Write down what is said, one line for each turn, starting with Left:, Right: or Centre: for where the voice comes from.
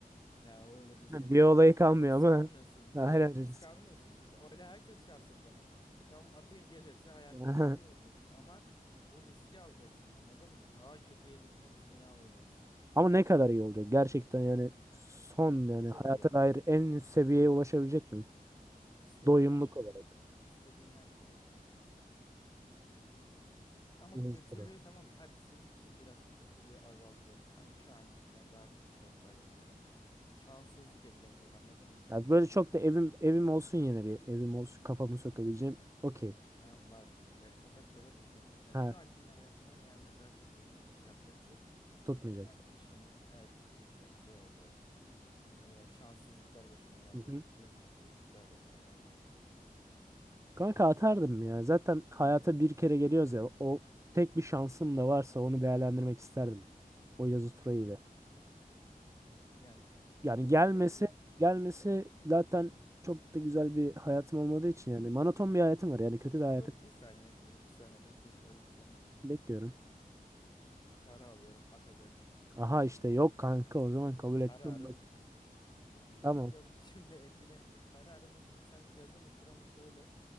Left: Ya öyle bir şeyi
Right: Bir olayı
Left: bir
Right: kalmıyor
Left: risk
Right: ama
Left: almıyorsun.
Right: hala
Left: Bir
Right: risk.
Left: risk almıyorsun ki. Öyle herkes şansını dener. E tamam atayım gelirse hayatım
Right: Aha.
Left: daha iyi olacak.
Right: <laughs>
Left: Ama bu riski alacaksın anladın mı? Daha kötüye gitme riskini alacaksın.
Right: Ama ne kadar iyi olacak gerçekten yani son yani
Left: Çok
Right: hayata
Left: iyi olacak.
Right: dair en üst seviyeye ulaşabilecek miyim?
Left: İstediğin
Right: Doyumluk
Left: her şey
Right: olarak.
Left: olacak. İstediğin her şey olacak. Ama
Right: Hızlı.
Left: kötülüğü
Right: tura.
Left: tamam mı? Hadi senin için biraz kötülüğü azaltıyorum. Hani şu ankinden daha kötü şartlarda hani biraz şanssızlık eklenecek anladın mı?
Right: ya böyle çok da evim evim olsun yine bir evim olsun kafamı sokabileceğim. Okey.
Left: Tamam var. Yani sokaklara düşmüyorsun. Yani
Right: Ha
Left: şu ankinde hayatına yani mesela kötü bir iş yapacaksın.
Right: tutmayacak.
Left: Yani işin evet, tutmayacak şey olacak. Hani böyle şanssızlıklar başına gelecek.
Right: Hı hı.
Left: Bir mutsuzluklar başına gelecek.
Right: Kanka atardım ya. Zaten hayata bir kere geliyoruz ya. O tek bir şansım da varsa onu değerlendirmek isterdim. O yazı ile.
Left: Yani
Right: Yani
Left: o riski
Right: gelmesi
Left: alıyorsun.
Right: gelmesi zaten çok da güzel bir hayatım olmadığı için yani monoton bir hayatım var. Yani kötü bir hayatı
Left: Dur bir saniye şimdi bir saniye bekletiyorum seni.
Right: bekliyorum.
Left: Bir para alıyorum atacağım şimdi para
Right: Aha
Left: tamam
Right: işte
Left: mı?
Right: yok kanka o zaman kabul
Left: Kararın
Right: etmem. Bak,
Left: Yok
Right: Tamam.
Left: yok <laughs> şimdi etkilemeyecek. Kararını şimdi sen yazı mı tura mı söyle.